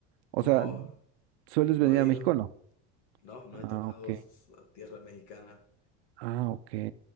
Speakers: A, on the right (about 80°); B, on the left (about 55°).
A: O
B: No,
A: sea, ¿sueles
B: no
A: venir
B: he
A: a
B: ido.
A: México o no?
B: No, no
A: Ah,
B: he tocado
A: ok.
B: s- la tierra mexicana.
A: Ah, ok.